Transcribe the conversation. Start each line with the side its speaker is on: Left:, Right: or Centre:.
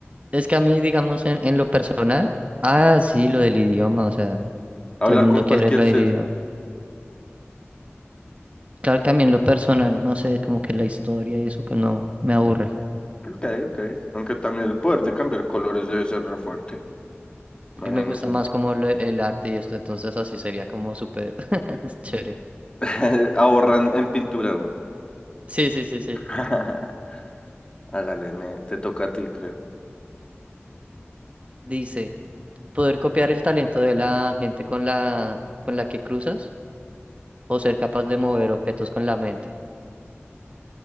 Right: Es que a mí, digamos, en, en lo personal, ah, sí, lo del idioma, o sea,
Left: Hablar
Right: todo el mundo
Left: con cualquier
Right: quiere lo
Left: ser.
Right: del idioma. Claro que a mí en lo personal, no sé, como que la historia y eso que no me aburre.
Left: Ok, ok. Aunque también el poder de cambiar colores debe ser re fuerte. Imagínese.
Right: Y me gusta más como lo- el arte y esto, entonces así sería como súper <laughs> es chévere.
Left: <laughs> Ahorran en pintura, güey.
Right: Sí, sí, sí, sí.
Left: <laughs> Hágale, me, te toca a ti, creo.
Right: Dice, poder copiar el talento de la gente con la, con la que cruzas o ser capaz de mover objetos con la mente